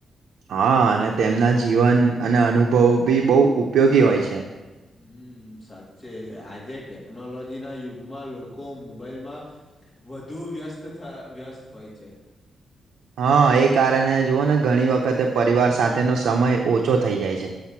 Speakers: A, on the right (about 75°); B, on the left (about 20°).
A: હા અને તેમના જીવન અને અનુભવ બી બહુ ઉપયોગી હોય છે.
B: હમ્મ. સાચે આજે ટેકનોલોજી ના યુગમાં લોકો મોબાઈલમાં વધુ વ્યસ્ત થય વ્યસ્ત હોય છે.
A: હા એ કારણે જુઓ ને ઘણી વખતે પરિવાર સાથેનો સમય ઓછો થઈ જાય છે.